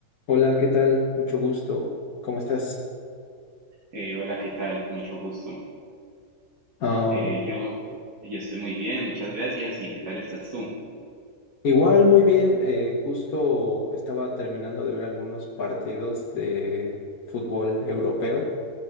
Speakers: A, on the left; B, on the right.
A: Hola, ¿qué tal? Mucho gusto. ¿Cómo estás?
B: Eh, hola, ¿qué tal? Mucho gusto.
A: Am,
B: Eh, yo, yo estoy muy bien, muchas gracias. ¿Y qué tal estás tú?
A: igual, muy bien. eh, justo estaba terminando de ver algunos partidos de fútbol europeo.